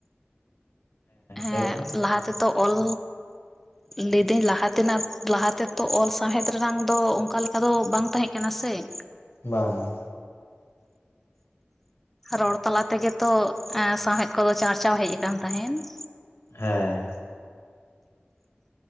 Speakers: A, in the centre; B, on the left.
A: ᱦᱮᱸ
B: ᱞᱟᱹᱭ ᱢᱮ
A: ᱞᱟᱦᱟ ᱛᱮ ᱫᱚ ᱚᱞ ᱞᱟᱹᱭᱫᱟᱹᱧ ᱞᱟᱦᱟ ᱛᱮᱱᱟᱜ ᱞᱟᱦᱟ ᱛᱮ ᱛᱚ ᱚᱞ ᱥᱟᱶᱦᱮᱫ ᱨᱮᱱᱟᱜᱝ ᱫᱚ ᱚᱱᱠᱟ ᱞᱮᱠᱟ ᱫᱚ ᱵᱟᱝ ᱛᱟᱦᱮᱸ ᱠᱟᱱᱟ ᱾ ᱠᱮᱱᱟ ᱥᱮᱻ ᱾
B: ᱵᱟᱝ᱾
A: ᱨᱚᱲ ᱛᱟᱞᱟ ᱛᱮᱜᱮᱛᱚ ᱥᱟᱶᱦᱮᱫ ᱠᱚᱫᱚ ᱪᱟᱨᱪᱟᱣ ᱦᱮᱡ ᱟᱠᱟᱱ ᱛᱟᱦᱮᱸᱱ ᱾
B: ᱦᱮᱸᱻ ᱾